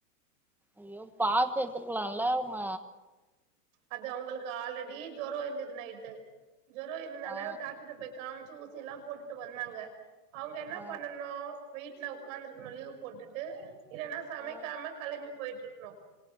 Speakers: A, in the centre; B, on the right (about 55°).
A: ஐயோ பாத்து எடுத்துருக்கலா ல்லவங்க
B: அது அவங்களுக்கு ஆல்ரெடி ஜொர இருந்தது நைட்டு ஜொர இருந்தாலே
A: ஆ
B: டாக்டர்ட்டு போய் காம்ச்சு ஊஸ் எல்லா போட்டுட்டு வந்தாங்க அவங்க என்ன
A: ஆ
B: பண்ணனு வீட்ல உட்காந்துருக்கணு லீவ் போட்டுட்டு இல்லன்னா சமைக்காம
A: ஆ
B: கெளம்பி போயிட்ருக் லோ